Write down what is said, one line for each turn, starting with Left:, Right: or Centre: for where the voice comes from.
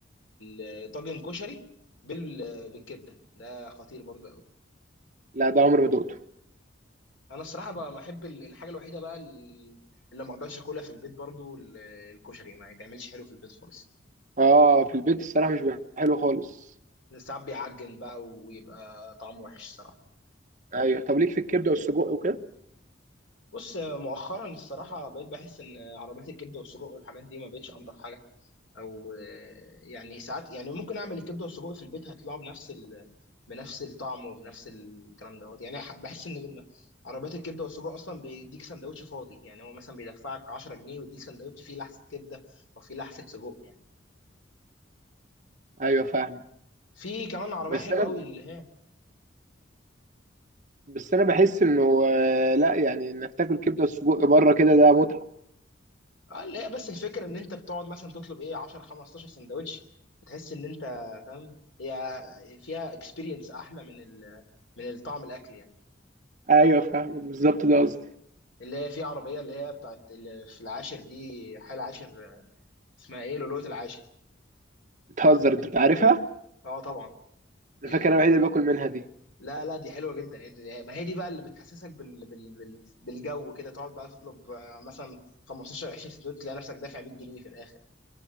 Left: الطاجن كشري بال- بالكبده ده خطير برضو قوي
Right: لا ده عمري ما دقته
Left: انا الصراحه بقى بحب ال- الحاجه الوحيده بقى ال- اللي ما اقدرش اكلها في البيت برضو ال- الكشري ما يتعملش حلو في البيت خالص
Right: اه في البيت الصراحه مش بيبقى حلو خالص
Left: ساعات بيعجن بقى ويبقى طعمه وحش الصراحه
Right: ايوه طب ليك في الكبده والسجق وكده
Left: بص مؤخرا الصراحه بقيت بحس ان عربيات الكبده والسجق والحاجات دي ما بقتش انضف حاجه او آه، يعني ساعات يعني ممكن اعمل الكبده والسجق في البيت هيطلعوا بنفس ال... بنفس الطعم وبنفس الكلام دوت يعني ح- بحس ان لما عربيات الكبده والسجق اصلا بيديك سندوتش فاضي يعني هو مثلا بيدفعك 10 جنيه ويديك سندوتش فيه لحسه كبده او فيه لحسه سجق يعني
Right: ايوه فاهمه
Left: في كمان عربيه
Right: بس
Left: حلوه
Right: انا
Left: قوي اللي هي
Right: بس انا بحس انه آه، لا يعني انك تاكل كبده وسجق بره كده ده متعه
Left: اه اللي هي بس الفكره ان انت بتقعد مثلا تطلب ايه 10 15 سندوتش بتحس ان انت فاهم هي فيها اكسبيرينس احلى من ال... من الطعم الاكل
Right: ايوه فاهمك بالظبط
Left: يعني
Right: ده قصدي
Left: اللي هي في عربية اللي هي بتاعت اللي في العاشر دي حي العاشر اسمها ايه لؤلؤة العاشر
Right: بتهزر انت بتعرفها
Left: اه طبعا دي
Right: انا فاكر انا الوحيد اللي باكل منها دي
Left: لا لا دي حلوة جدا إيه دي- ما هي دي بقى اللي بتحسسك بال... بال... بال... بالجو كده تقعد بقى تطلب آه، مثلا 15 20 سندوتش تلاقي نفسك دافع 100 جنيه في الاخر